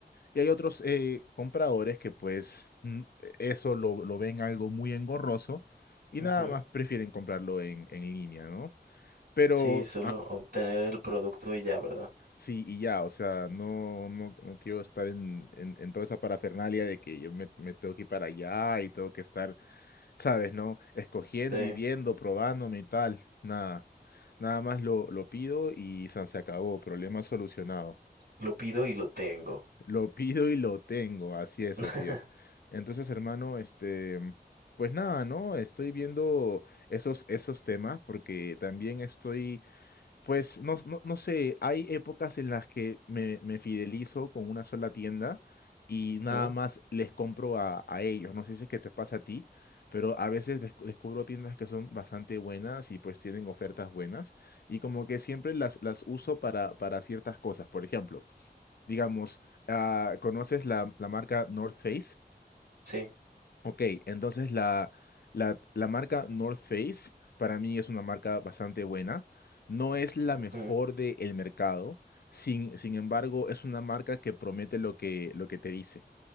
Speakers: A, on the left; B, on the right.
A: Y hay otros eh, compradores que pues mm, eso lo, lo ven algo muy engorroso y
B: ujú,
A: nada más prefieren comprarlo en, en línea, ¿no? Pero...
B: Sí, solo obtener el producto y ya, ¿verdad?
A: Sí, y ya, o sea, no, no, no quiero estar en, en, en toda esa parafernalia de que yo me, me tengo que ir para allá y tengo que estar, ¿sabes, no? Escogiendo
B: Te
A: y viendo, probándome y tal. Nada, nada más lo, lo pido y san, se acabó, problema solucionado.
B: lo pido y lo tengo.
A: Lo <laughs> pido y lo tengo, así es,
B: <laughs>
A: así es. Entonces, hermano, este, pues nada, ¿no? Estoy viendo esos, esos temas porque también estoy pues no, no, no sé, hay épocas en las que me, me fidelizo con una sola tienda y
B: Ujú,
A: nada más les compro a, a ellos. No sé si es que te pasa a ti, pero a veces des- descubro tiendas que son bastante buenas y pues tienen ofertas buenas y como que siempre las, las uso para, para ciertas cosas. Por ejemplo, digamos, ah, ¿conoces la, la marca North Face?
B: Sí,
A: Ok, entonces la, la, la marca North Face para mí es una marca bastante buena. No es la
B: ujú,
A: mejor del mercado, sin, sin embargo es una marca que promete lo que, lo que te dice